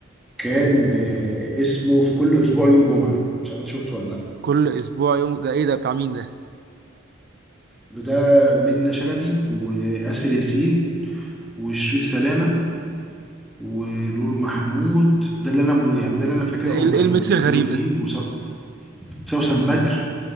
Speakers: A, in the centre; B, on the right.
A: كان آه اسمه في كل اسبوع يوم جمعه مش عارف انت شفته ولا لا
B: كل اسبوع يوم ده ايه ده بتاع مين ده
A: ده منة شلبي وآسر ياسين وشريف سلامه ونور محمود ده اللي انا يعني ده اللي انا فاكرهم
B: ده ايه ال-
A: كانوا
B: ايه الميكس
A: بيمثلوا
B: الغريب
A: فيه
B: ده
A: وسو- وسوسن بدر